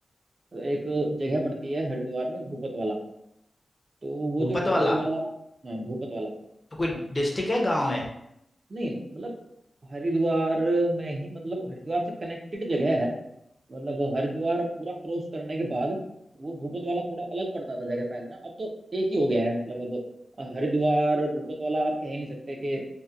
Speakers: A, on the right; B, on the left.
A: एक जगह पड़ती है हरिद्वार में भूपत वाला तो वो
B: भूपत
A: जो भूपत
B: वाला
A: वाला हाँ भूपत वाला
B: तो कोई डिस्ट्रिक्ट है गांव है
A: नहीं मतलब हरिद्वार में ही मतलब हरिद्वार से कनेक्टेड जगह है मतलब हरिद्वार पूरा क्रॉस करने के बाद वो भूपत वाला थोड़ा अलग पड़ता था जगह पहले ना अब तो एक ही हो गया है मतलब अब अ, हरिद्वार भूपत वाला आप कह ही नहीं सकते कि